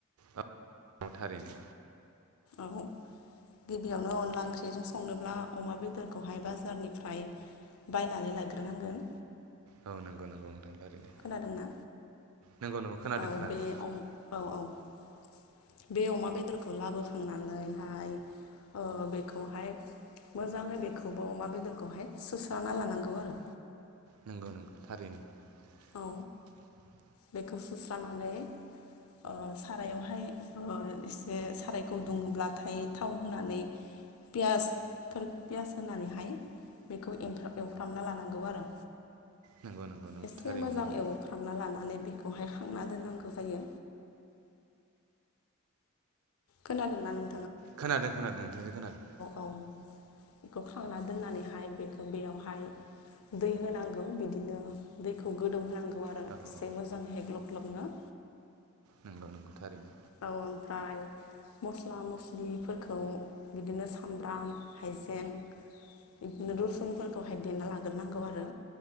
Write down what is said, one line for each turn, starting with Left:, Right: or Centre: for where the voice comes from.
Right: ओ नंगौ थारैनो
Left: औ गिबियावनो अनला ओंख्रिजों संनोब्ला अमा बेदरखौहाय बाजारनिफ्राय बायनानै लायग्रोनांगोन
Right: औ नंगौ नंगौ नोंथां। थारैनो
Left: खोनादोंना?
Right: नंगौ नंगौ खोनादों
Left: औ
Right: खोनादों
Left: बे अम औ औ बे अमा बेदरखौ लाबोखांनानैहाय ओ बेखौहाय मोजाङै बेखौबो अमा बेदरखौहाय सुस्राना लानांगौ आरो
Right: नंगौ नंगौ थारैनो
Left: औ
Right: <inaudible>
Left: बेखौ सुस्रानानै ओ सारायावहाय ओ एसे सारायखौ दुङोब्लाथाय थाव होनानै पियासफोर पियास होनानैहाय बेखौ एवफ्रामना लानांगौ आरो
Right: नंगौ नंगौ नंगौ
Left: एसे
Right: थारैनो
Left: मोजां
Right: नंगौ
Left: एवफ्रामना लानानै बेखौहाय खांना दोननांगौ जायो खोनादोंना? नों
Right: खोनादों खोनादों नोंथांजो खोनादों
Left: औ बेखौ खांना दोननानैहाय बेखौ बेयावहाय दै होनांगौ बिदिनो दैखौ गोदौ होनांगौ आरो
Right: औ
Left: एसे
Right: औ
Left: मोजाङैहाय ग्लोब ग्लोबनो
Right: नंगौ नंगौ थारैनो
Left: ओ ओमफ्राय मस्ला मस्लिफोरखौ बिदिनो सामब्राम हाइजें बिदिनो रुसुनफोरखौहाय देना लाग्रोनांगौ आरो